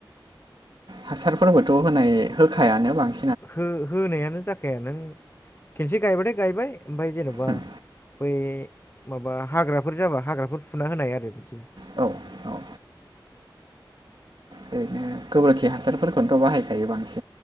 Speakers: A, on the right; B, on the left.
A: हासारफोरबोथ' होनाय होखायानो बांसिन
B: हो होनायानो जाखाया नों खेनसे गायबाथाय गायबाय ओमफाय जेन'बा
A: उम
B: बै माबा हाग्राफोर जाबा हाग्राफोर फुना होनाय आरो बिदि
A: औ औ ओरैनो गोबोरखि हासारफोरखौनोथ' बाहायखायो बांसिन